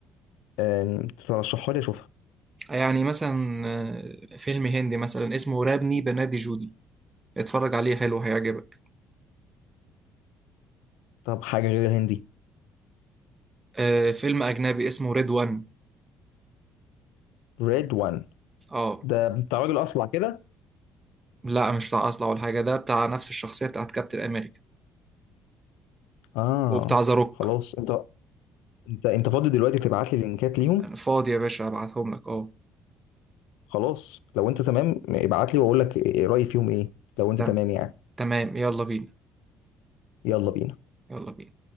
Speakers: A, on the left; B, on the right.
A: آم، ترشحها لي أشوفها
B: يعني مثلا آه، فيلم هندي مثلا اسمه رابني بنادي جودي اتفرج عليه حلو هيعجبك
A: طب حاجة غير الهندي
B: آه فيلم أجنبي اسمه ريد وان
A: ريد وان
B: أه
A: ده بتاع راجل أصلع كده
B: لا مش بتاع أصلع ولا حاجة ده بتاع نفس الشخصية بتاعت كابتن أمريكا
A: آه
B: وبتاع ذا روك
A: خلاص أنت أنت أنت فاضي دلوقتي تبعت لي لينكات ليهم
B: أنا فاضي يا باشا أبعتهم لك أه
A: خلاص لو أنت تمام ابعت لي وأقول لك إيه- رأيي فيهم إيه لو أنت
B: تم-
A: تمام يعني
B: تمام يلا بينا
A: يلا بينا
B: يلا بينا